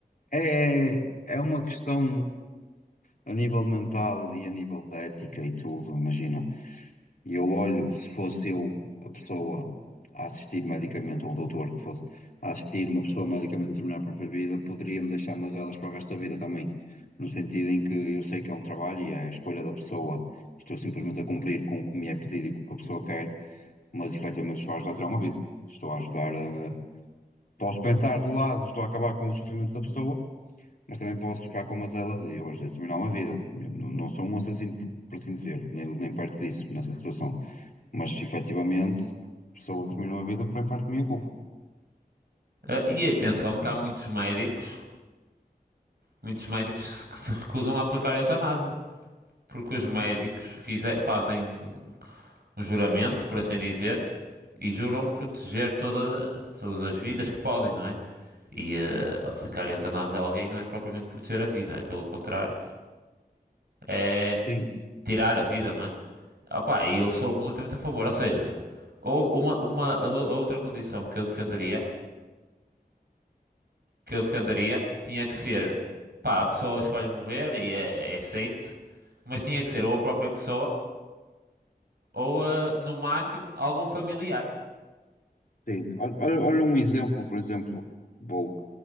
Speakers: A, on the left; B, on the right.
A: é, é é uma questão a nível mental e a nível de ética e tudo, imagina. E eu olho, se fosse eu a pessoa a assistir medicamente, ou o doutor que fosse a assistir uma pessoa medicamente a terminar a própria vida, poderia-me deixar elas para o resto da vida também. No sentido em que eu sei que é um trabalho e é a escolha da pessoa, estou simplesmente a cumprir com o que me é pedido e com o que a pessoa quer, mas efetivamente estou a ajudar a tirar uma vida. Estou a ajudar a. Posso pensar do lado, estou a acabar com o sofrimento da pessoa, mas também posso ficar com a mazela de hoje a terminar uma vida. Eu não, não sou um assassino, por por assim dizer, nem, nem perto disso, nessa situação mas efetivamente, pessoas que terminam a vida por em parte minha culpa.
B: Eh, e atenção
A: Agora,
B: que há muitos médicos, muitos médicos que se recusam a aplicar a eutanásia. Porque os médicos fize- fazem. um juramento, por assim dizer, e juram proteger toda, todas as vidas que podem, não é? E eh, aplicar a eutanásia a alguém não é propriamente proteger a vida, é pelo contrário, é
A: sim,
B: tirar a vida, não é? Opa, e eu sou completamente a favor, ou seja, ou uma, uma a ou- a outra condição que eu defenderia, que eu defenderia, tinha que ser, pá, a pessoa escolhe morrer e é, é aceite, mas tinha que ser ou a própria pessoa, ou eh, no máximo algum familiar.
A: sim. Olha, olha- olha um exemplo, por exemplo, vou